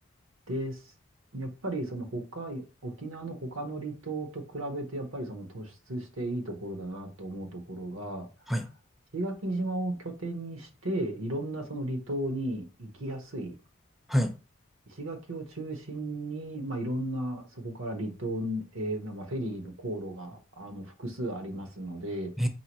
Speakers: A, on the right (about 80°); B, in the centre.
A: で、すやっぱりその他、沖縄の他の離島と比べて、やっぱりその突出していいところだなと思うところが、
B: はい。
A: 石垣島を拠点にして、いろんなその離島に行きやすい。
B: はい。
A: 石垣を中心に、まあ、いろんな、そこから離島、えーまあ、フェリーの航路が、あの、複数ありますので、
B: え